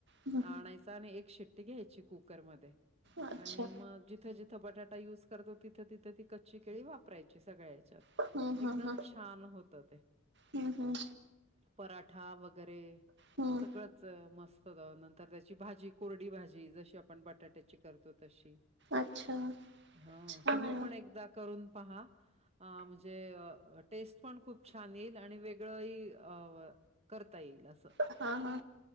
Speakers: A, on the right; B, on the right.
A: हम्म
B: आणायचा आणि एक शिट्टी घ्यायची कुकरमध्येध्ये
A: अच्छा
B: आणि मग जिथं जिथं बटाटा युज करतो तिथं तिथे ती कच्ची केळी वापरायची सग्याच्यात.
A: हम्म हम्म
B: एकदम
A: हम्म
B: छान होत ते
A: हम्म हम्म
B: पराठा वगैरे
A: हम्म.
B: सगळंच मस्त होत नंतर त्याची भाजी कोरडी भाजी जशी आपण बटाट्याची करतो तशी
A: अच्छा
B: हा
A: छान
B: तुम्ही
A: आहे
B: पण एकदा करून पहा. अ म्हणजे टेस्ट पण खूप छान येईल आणि वेगळंही अ करता येईल असं.
A: हा हा